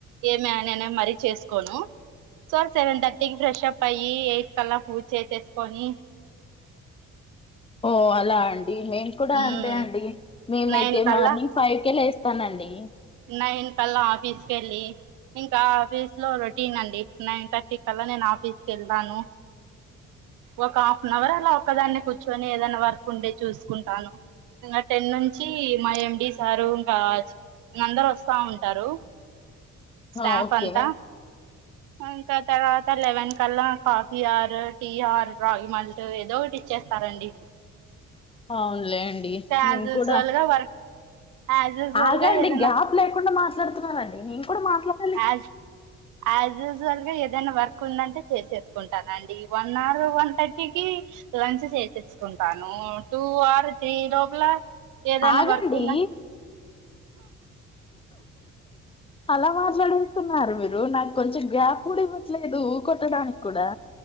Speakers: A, on the right (about 85°); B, on the left (about 20°).
A: ఏమ నేనే మరీ చేసుకోను సార్ సెవెన్ థర్టీకి ఫ్రెష్ అప్ అయ్యి ఎయిట్ కలా పూజ చేసేసుకొని
B: <unintelligible> ఓ అలా అండి మేము కూడా
A: ఉమ్
B: అంతే అండి మేమైతే
A: నైన్ కల్లా
B: మార్నింగ్ ఫైవ్ లేస్తానండి,
A: నైన్ కల్లా ఆఫీస్ కెళ్ళి ఇంకా ఆఫీస్ లో రొటీన్ అండి నైన్ థర్టీ కల్లా నేను ఆఫీస్ కళ్ళి వెళ్తాను ఒక హాఫ్ అన్ అవర్ అలా ఒక్కదాన్ని కూర్చొని ఏదనా వర్క్ ఉంటే చూసుకుంటాను. ఇంకా టెన్ నుంచి మా ఎండి సారు రాజ్ అందరు వస్తా ఉంటారు.
B: హ
A: స్టాఫ్
B: ఓకే
A: అంతా ఇంకా తర్వాత లెవెన్ కల్లా కాఫీ ఆర్ టీ ఆర్ రాగి మాల్ట్ ఏదో ఒకటి ఇచ్చేస్త సరండి
B: అవునులే అండి
A: యాజ్
B: మేం
A: యూజువల్
B: కూడా
A: గా వర్క్ యాజ్ యూజువల్
B: ఆ గాండి
A: గా ఏదైనా
B: గ్యాప్ లేకుండా మాట్లాడుతున్నానండి నేను కూడా మాట్లాడ
A: యాజ్ యాజ్ యూజువల్ గా ఏదైనా వర్క్ ఉందంటే చేసే ఉంటానుండి వన్ అవర్ వన్ థర్టీ క మంచి చేసిచ్చుకుంటాను టూ అవర్ ఈ లోపల ఏదైనా
B: ఆగండి
A: వర్క్ ఉన్న
B: అలా మాట్లాడు స్తున్నారు మీరు నాకు కొంచెం గ్యాప్ కూడ ఇవ్వట్లేదు ఊ కొొట్టడానికి కూడా